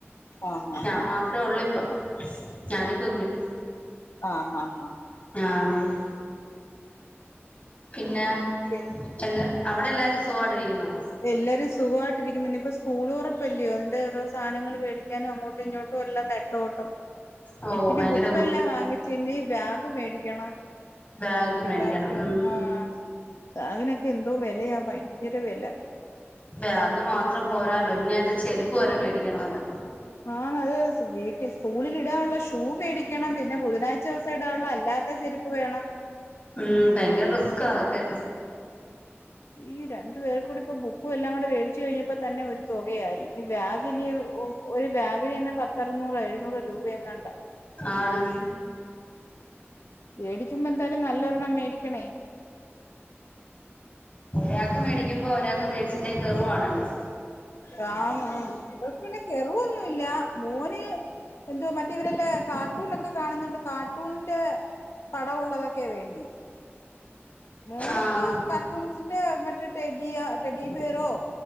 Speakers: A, on the left; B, on the left.
A: ആഹ് ആഹ്
B: ഞാൻ മാ തേളിപ്പം ഞാനും കുഞ്ഞു
A: ആഹ് ആഹ് അഹ്
B: ആഹ് പിന്നെ
A: പി
B: എല്ല അവിടെ എല്ലാരും സുഖായിട്ടിരിക്കുന്നോ
A: എല്ലാരും സുഖവായിട്ടിരിക്കുന്നു ഇനിയിപ്പോ സ്കൂളുറപ്പല്ലയോ അതന്റെ ഓരോ സധനങ്ങള് മേടിക്കാനും അങ്ങോ അങ്ങട്ടിങ്ങോട്ടെല്ലാം നട്ടോട്ടം
B: ഓ
A: എനിക്ക് പിന്നെ
B: ഭയങ്കര
A: ബുക്കെല്ലാം വാങ്ങി ചിന്നി ബാഗ് മേടിക്കണം
B: ബാഗ്
A: പിള്ളേർക്ക്
B: മേടിക്കണം ഉം
A: ആഹ് ബാഗിനൊക്കെ എന്തോ വെലയ ഭയങ്കര വെല
B: ബാഗ് മാത്രം പോരാല്ലോ ഇങ്ങേത്തെ ചെരുപ്പ് വരെ മേടിക്കണോല്ലോ
A: ആന്ന് അത് വീട്ടിയെസ് സ്കൂളിലിടാനൊള്ള ഷൂ മേടിക്കണം പിന്നെ ബുധനാഴ്ചേസം ഇടാാനുള്ള അല്ലാത്ത ചെരുപ് വേണം
B: ഉം ഭയങ്കര റിസ്ക്കാ അതെക്കെ
A: ഈ രണ്ടു പേർ കൂടി ഇപ്പ ബുക്കും എല്ലാം കൂടെ മേടിച്ചു കഴിഞ്ഞപ്പോ തന്നെ ഒരു തുകയായി ഇനി ബാഗ് ഉം ഒരു ബാഗിന് തന്നെ പത്തറുന്നൂറാ എഴുന്നൂറാ രൂപ എങ്ങണ്ട
B: ആണ്
A: മേടിക്കുമ്പോ എന്തായാലും നല്ലൊരെണ്ണം മേടിക്കണേ
B: ഒരാക്ക് മേടിക്കുമ്പോ ഒരാക്ക് മേടിച്ചില്ലേ ഖർവാണല്ലോ
A: കാന്നോ കെറവൊന്നുമല്ല മോന് എന്തോ മറ്റേ ഇവരെല്ല കാർട്ടൂണൊക്കെ കാണുന്നുണ്ട് കാർട്ടൂൺന്റെ പടഒള്ളതൊക്കെയ വേണ്ടി മോള്ക്ക്
B: ആഹ്
A: കാർട്ടൂൺസിന്റെ മറ്റെ ടെഡിയ ടെഡിബിയറോ